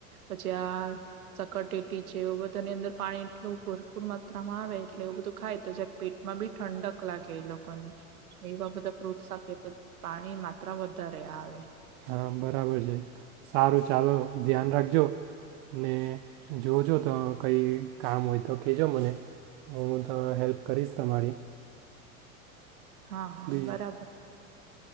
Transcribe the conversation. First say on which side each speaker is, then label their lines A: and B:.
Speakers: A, on the right; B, on the right.
A: પછી આ પાણી વધાર આવી જાય તો તેવા ફૂટ આપે તો સારૂ પડે એ લોકો ને વોટરમેલન છે સકરટેટી છે એ બધાની અંદર પાણી એટલું ભરપૂર માત્રામાં આવે એટલે એવું બધું ખાય તો જ પેટમાં બી ઠંડક લાગે એ લોકોને એવા બધા ફ્રૂટ્સ સાથેખે તો પાણી માત્ર વધારે આવે
B: હા બરાબર છે સારું ચાલો ધ્યાન રાખજો ને જોજો ત કઈ કામ હોય તો કહેજો મને હું હવે હેલ્પ કરીશ તમારી
A: હા હા
B: બી
A: બરાબર